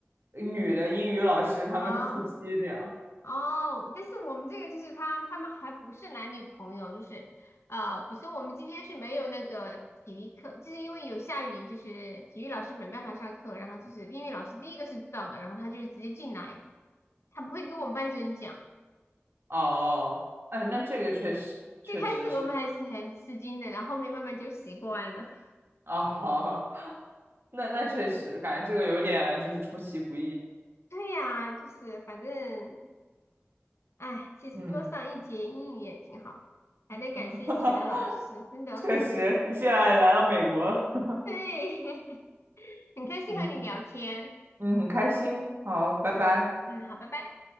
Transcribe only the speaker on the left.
好。哦，但是我们这个就是他他们还不是男女朋友，就是呃，比如说我们今天是没有那个体育课，就是因为有下雨，就是体育老师没办法上课，然后就是英语老师第一个是知道的，然后他就直接进来，他不会跟我们班主任讲。
最开始我们还是很吃惊的，然后后面慢慢就习惯了。<laughs>
对呀，就是反正，哎，其实多上一节英语也挺好的，
还得感谢以前的老师，
真的，
<laughs> 对，<laughs> 很开心和你聊天。
嗯，好，拜拜。